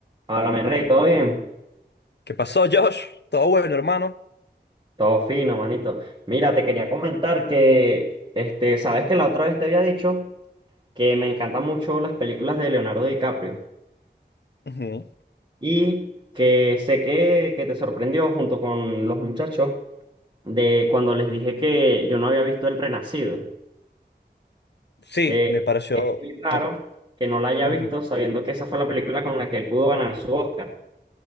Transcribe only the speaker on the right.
Háblame, Rey, ¿todo bien?
Todo fino, manito. Mira, te quería comentar que, este, sabes que la otra vez te había dicho que me encantan mucho las películas de Leonardo DiCaprio
y que sé que, que te sorprendió junto con los muchachos de cuando les dije que yo no había visto El Renacido,
que
es muy raro
que no la haya
visto sabiendo que esa fue la película con la que él pudo ganar su Oscar.